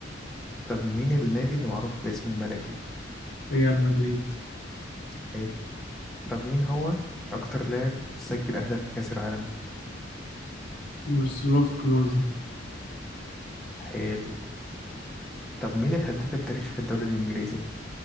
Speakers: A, in the centre; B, on the left.
A: طب مين النادي اللي معروف باسم الملكي
B: ريال مدريد
A: حلو طب مين هو أكتر لاعب سجل أهداف في كأس العالم
B: ميروسلاف كلوزا
A: حلو طب مين الهداف التاريخي في الدوري الإنجليزي